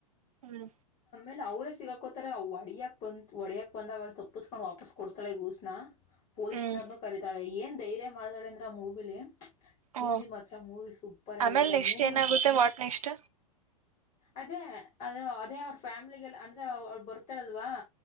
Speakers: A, on the right (about 65°); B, on the left (about 30°).
A: ಹ್ಮ್.
B: ಇಲ್ಲ ಅವ್ರೇ ಸಿಗಾಕೋತ ಅವ ಒಡಿಯಕ್ ಬಂದ ಒಡಿಯಕ್ ಬಂದಾಗ ಅವಳು ತಪ್ಪಸ್್ಕೊಂಡ್ ವಾಪಸ್ ಕೊಡ್ತಾಳೆ ಗೂಸ್ನ. ಪೊೀಸ್ನರ್
A: ಹ್ಮ್
B: ನು ಕರಿತಾಳೆ. ಧೈರ್ಯ ಮಾಡ್ದಳ ಅಂದ್ರ ಆ ಮೂಬಿಲಿ. ಚಿಂದಿ
A: ಓ
B: ಮಾತ್ರ ಮೂವಿ ಸೂಪರ್ ಆಗೈತೆ
A: ಆಮೇಲೆ
B: ಆ
A: ನೆಕ್ಸ್ಟ್
B: ಮೂವಿನ.
A: ಏನಾಗುತ್ತೆ ವಾಟ್ ನೆಕ್ಸ್ಟ್
B: ಅದೇ. ಅದು ಅೇ ಅವ ಫೇಾಮಲಗಳು ಅ. ಅವ ಬರ್ತಾರಲ್ವಾ.